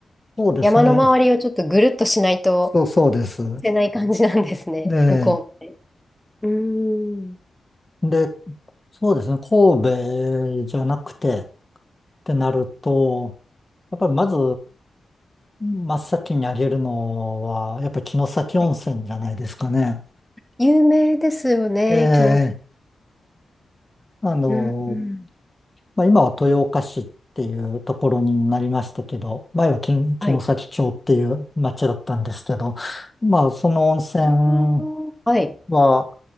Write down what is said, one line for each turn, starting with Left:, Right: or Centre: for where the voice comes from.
Left: そうですね。
Centre: 山の周りをちょっとぐるっとしないと
Left: そうそうです。
Centre: 捨てない感じなんですね、
Left: で、
Centre: 向こうって。うーん、
Left: で、そうですね。神戸じゃなくてってなると、やっぱりまず真っ先に挙げるのは、やっぱり城崎温泉じゃないですかね。
Centre: はい有名ですよね、
Left: ええ
Centre: 木の先
Left: あの、
Centre: うん、うん。
Left: まあ、今は豊岡市っていうところになりましたけど、前は城城崎町っていう町だったんですけど、
Centre: はい。
Left: まあ、その温泉
Centre: うんはいはい
Left: は、